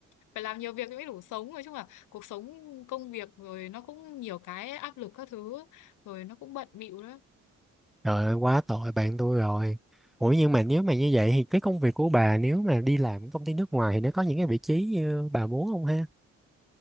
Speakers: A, on the left (about 85°); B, in the centre.
A: phải làm nhiều việc mới đủ sống nói chung là cuộc sống công việc rồi nó cũng nhiều cái áp lực các thứ rồi nó cũng bận bịu đó
B: trời ơi, quá tội bạn tôi rồi. Ủa nhưng mà nếu mà như vậy thì cái công việc của bà nếu mà đi làm ở công ty nước ngoài thì nó có những cái vị trí như bà muốn không ha?